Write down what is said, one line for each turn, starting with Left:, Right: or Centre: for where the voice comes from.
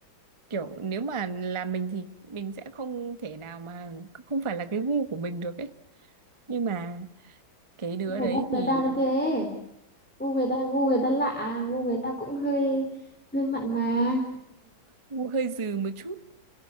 Right: kiểu nếu mà là mình thì mình sẽ không thể nào mà không phải là cái gu của mình được ấy nhưng mà cái đứa
Centre: nhưng mà
Right: đấy
Centre: gu
Right: thì
Centre: người ta nó thế gu người ta gu người ta lạ gu người ta cũng hơi hơi mặn mà
Right: Gu hơi dừ một chút